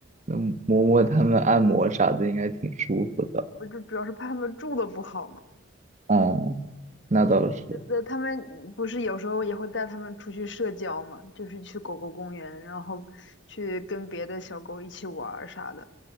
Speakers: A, on the right; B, on the left.
A: 能摸摸它们、按摩啥的，应该挺舒服的。
B: 我就主要是怕他们住的不好嘛。
A: 哦，那倒是，
B: 的，他们不是有时候也会带他们出去社交嘛，就是去狗狗公园，然后去跟别的小狗一起玩儿啥的。